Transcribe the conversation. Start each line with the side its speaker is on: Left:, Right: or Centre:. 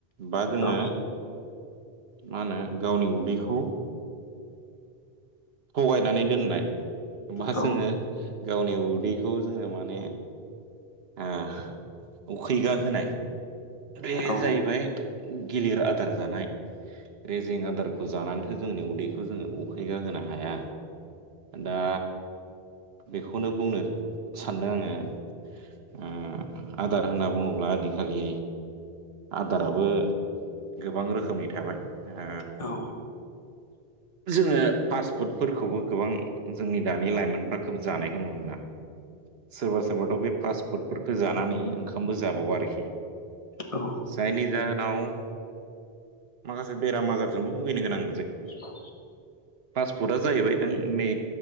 Right: बा जोङो
Left: औ
Right: मा होनो गावनि उदैखौ थगायनानै दोननाय बा
Left: औ
Right: जोङो गावनि उदैखौ जोङो माने ओ उखैगाहोनाय बे
Left: औ
Right: जाहैबाय गिलिर आदार जानाय रेजें आदारखौ जानानैथो जोंनि उदैखौ जोङो उखैगा होनो हाया। दा बेखौनो बुंनो सानदों आङो। ओ आदार होनना बुङोब्ला आजिखालि आदाराबो गोबां रोखोमनि थाबाय। ओ
Left: औ
Right: जोङो पासपुतफोरखौबो गोबां जोंनि दानि लाइमोनफ्रा खोब जानायखौ नुनो मोनो। सोरबा सोरबाथ' बे फास्ट फुडफोरखौ जानानै ओंखामबो जाबावा आरोखि।
Left: औ
Right: चाइनिज जा नाव माखासे बेराम आजारजोंबो भुगिनो गोनां
Left: औ
Right: फास्टफुडआ जाहैबाय जोंनि